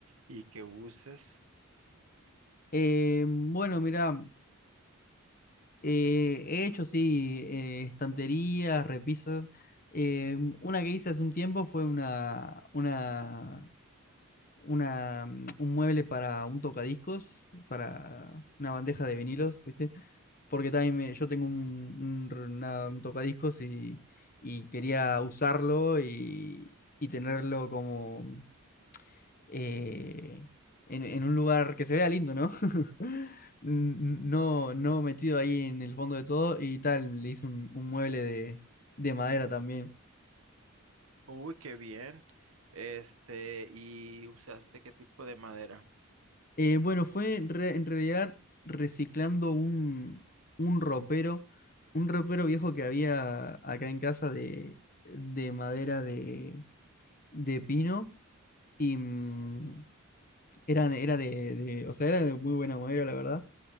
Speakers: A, on the right (about 75°); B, on the left (about 40°).
A: y que uses?
B: Eh, bueno, mira, he hecho, sí, eh, estanterías, repisas. Eh, una que hice hace un tiempo fue una, una una, mm, un mueble para un tocadiscos, para una bandeja de vinilos, ¿viste? Porque también me- yo tengo un, un r- una- un tocadiscos y, y quería usarlo y, y tenerlo como eh, en, en un lugar que se vea lindo, ¿no? <laughs> N- No, no metido ahí en el fondo de todo y tal, le hice un, un mueble de, de madera también.
A: Uy, qué bien. Este, ¿y usaste qué tipo de madera?
B: Eh, bueno, fue en re- en realidad reciclando un, un ropero, un ropero viejo que había acá en casa de, de madera de, de pino y mm, era, era de, de- o sea, era de muy buena madera, la verdad.